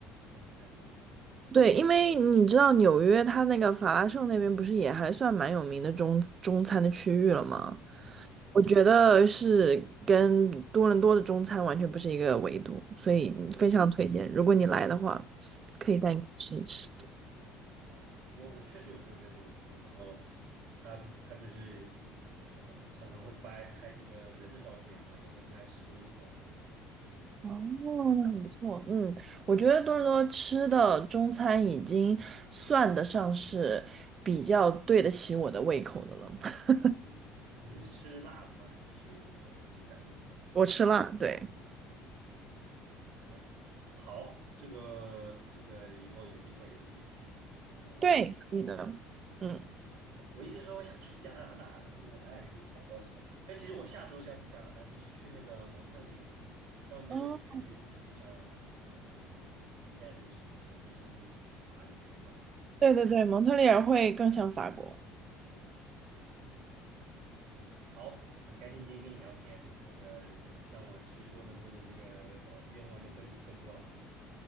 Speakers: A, on the right; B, on the right.
A: 中餐嘛，哦，
B: 对，因为你知道纽约它那个法拉盛那边不是也还算蛮有名的中中餐的区域了吗？
A: 嗯哼
B: 我觉得是跟多伦多的中餐完全不是一个维度，所以非常推荐，
A: 嗯，
B: 如果你来的话，
A: 是。
B: 可以带你去吃一吃。
A: 好，我我确实有朋友在多伦多，然后他他就是呃常常会拍拍这个人的照片，然后也会拍食物的照片。对，
B: 哦，那很不错。嗯，我觉得多伦多吃的中餐已经算得上是比较对得起我的胃口的了。<laughs>
A: 嗯嗯嗯，你是吃辣的吗？还是吃那种清淡？
B: 我吃辣，
A: 嗯，
B: 对，
A: 辣，嗯，可以。好，这个这个以后有机会一定得去多伦多。
B: 对，
A: 我
B: 可以的。嗯，
A: 是我一直说我想去加拿大，但是哎，一直找不到时候。但其实我下周是要去加拿大，是去那个蒙特利尔，但我那个就感觉又不不像这个你你你的你在这个城市，
B: 哦，
A: 因为他们是法语区嘛。
B: 对对对，蒙特利尔会更像法国。
A: 嗯，好，很开心今天跟你聊天，那个让我去多伦多的这个呃愿望又更更多了。